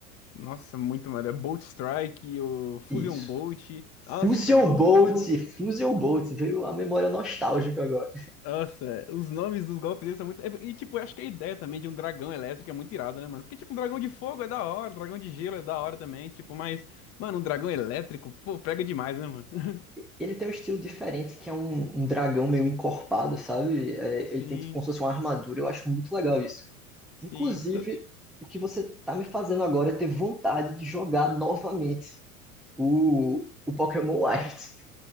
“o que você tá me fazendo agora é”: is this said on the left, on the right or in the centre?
Centre